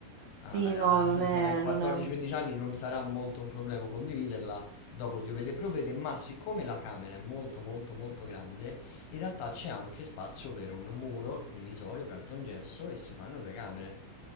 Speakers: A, on the right (about 70°); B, on the left (about 85°).
A: Sì,
B: a- a-
A: no,
B: a-
A: non è,
B: <laughs> ai 14-15
A: non è un
B: anni non sarà molto un problema condividerla. Dopo diovete e provvede, ma siccome la camera è molto molto molto grande, in realtà c'è anche spazio per un muro divisorio, cartongesso e si fanno due camere.